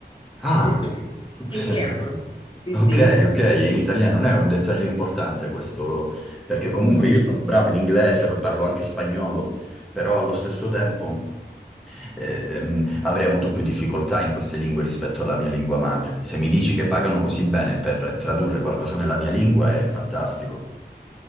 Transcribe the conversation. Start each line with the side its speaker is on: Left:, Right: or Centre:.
Centre: Ah,
Left: praticamente.
Centre: <laughs>
Left: È italiano, eh?
Centre: ok,
Left: Sì,
Centre: ok, in italiano non è un dettaglio importante questo, perché comunque
Left: sì.
Centre: io
Left: <laughs>
Centre: sono bravo in inglese, poi parlo anche spagnolo, però allo stesso tempo... ehm, avrei avuto più difficoltà in queste lingue rispetto alla mia lingua madre. Se mi dici che pagano così bene per tradurre qualcosa nella mia lingua è fantastico.